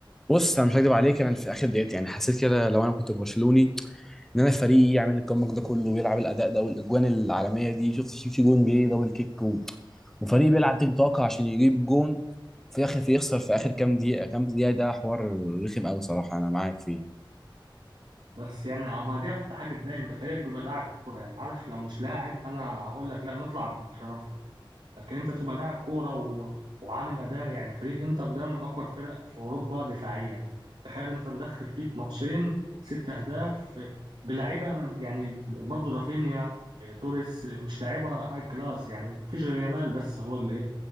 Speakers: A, in the centre; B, on the right.
A: بص أنا مش هكدب عليك أنا في آخر دقيقة يعني حسيت كده لو أنا كنت برشلوني ان انا فريقي يعمل الكومباك ده كله ويلعب الاداء ده والاجوان العالميه دي شفت في في جون جه دبل كيك و... وفريق بيلعب تيك توك عشان يجيب جون في الاخر في يخسر في اخر كام دقيقه كام دقيقه ده حوار رخم قوي صراحه انا معاك فيه
B: بس يعني ما دي اكتر حاجة تضايق انت فريقك بيبقى لاعب كورة يعني عارف لو مش لاعب انا هقول لك لا نطلع بشرفنا لكن انت تبقى لاعب كوره و... وعامل اداء يعني فريق انتر ده من اقوى الفرق في اوروبا دفاعيا تخيل انت مدخل فيه في ماتشين ست اهداف بلعيبه انا يعني برضو رافينيا اه، توريس اه، مش لعيبه هاي كلاس يعني مفيش غير يامال بس هو اللي ايه